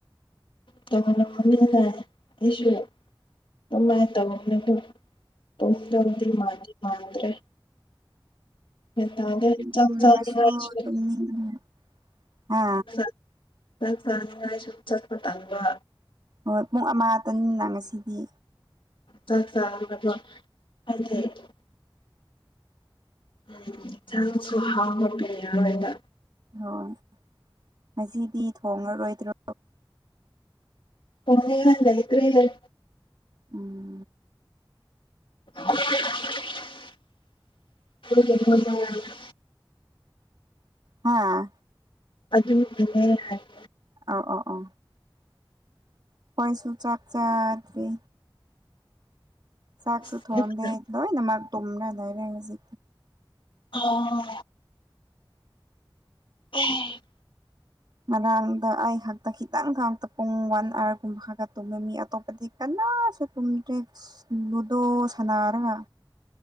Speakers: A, on the left; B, on the right.
A: ꯇꯧꯍꯜꯂꯝꯃꯅꯤꯅ ꯑꯩꯁꯨ ꯑꯗꯨꯃꯥꯏ ꯇꯧꯔꯕꯅꯦꯀꯣ ꯇꫭꯡꯇꯨꯕꯗꯤ ꯃꯥꯟꯗꯤ ꯃꯥꯟꯗ꯭ꯔꯦ꯫ ꯃꯦꯇꯜꯗ ꯆꯥꯛ
B: ꯇꯨꯝꯔꯁꯨ
A: ꯆꯥꯒꯦ ꯍꯥꯏꯔꯁꯨ
B: ꯇꯨꯝꯅꯤꯡꯕꯅ ꯍꯥ
A: <unintelligible> ꯆꯥꯛ ꯆꯥꯅꯤꯡꯉꯥꯏꯁꯨ ꯆꯠꯄ ꯇꯥꯟꯕ
B: ꯍꯣꯏ ꯄꯨꯡ ꯑꯃꯇꯪꯅꯤꯅ ꯉꯁꯤꯗꯤ
A: ꯆꯥꯛ ꯆꯥꯔꯒꯥ ꯀꫭ ꯍꯥꯏꯗꯤ ꯎꯝ ꯏꯟꯁꯥꯡꯁꯨ ꯍꯥꯎꯅꯕ ꯄꯤꯔꯔꯣꯏꯕ
B: ꯍꯣꯏ ꯉꯁꯤꯗꯤ ꯊꯣꯉꯔꯣꯏꯗ꯭ꯔꯣ꯫
A: <unintelligible> ꯂꯩꯈ꯭ꯔꯦ
B: ꯎꯝ꯫
A: <unintelligible>
B: ꯍꯥꯥ
A: ꯑꯗꯨꯒꯤꯅꯦ ꯍꯥꯏꯕ
B: ꯑꯥꯎ ꯑ ꯑ ꯑꯩꯈꫭꯏꯁꯨ ꯆꯥꯛ ꯆꯥꯗ꯭ꯔꯤ꯫ ꯆꯥꯛꯁꯨ
A: ꯍꯥꯏꯕꯁꯦ
B: ꯊꫭꯡꯗꯦ ꯂꫭꯏꯅꯃꯛ ꯇꯨꯝꯔ ꯂꯩꯔꯦ ꯉꯁꯤ
A: ꯑꯣ ꯑꯦ
B: ꯉꯔꯥꯡꯗ ꯑꯩ ꯍꯥꯛꯇ ꯈꯤꯇꯪ ꯈꯠꯇ ꯄꯨꯡ ꯋꯥꯟ ꯑꯋꯥꯔꯒꯨꯝꯕ ꯈꯠꯇ ꯇꯨꯝꯃꯤ ꯃꯤ ꯑꯇꯣꯞꯄꯗꯤ ꯀꯅꯥꯁꯨ ꯇꯨꯝꯗ꯭ꯔꯦ ꯑꯁ ꯂꯨꯗꯣ ꯁꯥꯟꯅꯔꯒ